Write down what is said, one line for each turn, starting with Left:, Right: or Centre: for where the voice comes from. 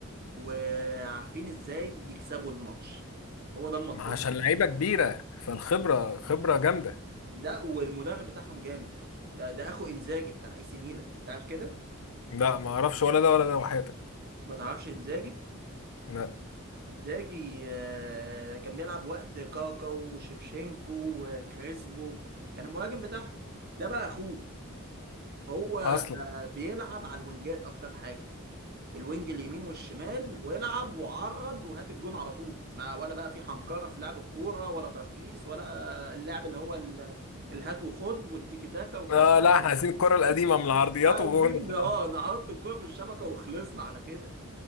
Right: وعارفين ازاي يكسبوا الماتش هو ده المطلوب
Left: ما عشان لعيبه كبيره فالخبره خبره جامده
Right: لا والمدرب بتاعهم جامد ده ده اخو انزاجي بتاع اي سي ميلان تعرف كده
Left: لا ما اعرفش ولا ده ولا ده وحياتك
Right: ما تعرفش انزاجي
Left: لا
Right: انزاجي آه، كان بيلعب وقت كاكا وشيفشينكو وكريسبو كان المهاجم بتاعهم ده بقى اخوه هو آه،
Left: اصلا
Right: بيلعب على الوينجات اكتر حاجه الوينج اليمين والشمال ويلعب وعرض وهات الجون على طول ما ولا بقى في حنكره في لعب الكوره ولا ترقيص ولا اللعب اللي هو ال- الهات وخد والتيكي تاكا والكلام
Left: آه
Right: ده
Left: لا احنا عايزين الكره القديمه من العرضيات
Right: إحنا عايزين
Left: وجون خلاص
Right: اه نحط الكوره في الشبكه وخلصنا على كده